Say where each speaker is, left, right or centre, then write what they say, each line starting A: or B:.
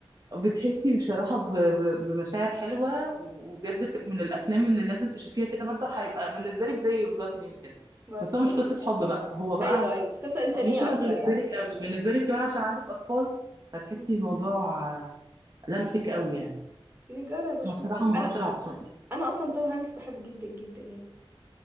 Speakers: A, on the right; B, on the right.
A: بتحسي بصراحة ب- ب- بمشاعر حلوة وبجد ف- من الأفلام اللي لازم تشوفيها كده برضه هيبقى بالنسبة لك زي يوف جات ميل كده
B: برضه
A: بس هو مش قصة حب بقى هو بقى
B: ايوه ايوه قصة انسانية
A: مش أنا
B: اكتر
A: بالنسبة
B: يعني
A: لك قوي بالنسبة لك كمان عشان عندك أطفال هتحسي
B: مم.
A: الموضوع آه، لمسك قوي يعني
B: نجرب اشوف
A: هو بصراحة ممثل
B: انا
A: عبقري
B: انا اصلا توم هانكس بحبه جدا جدا يعني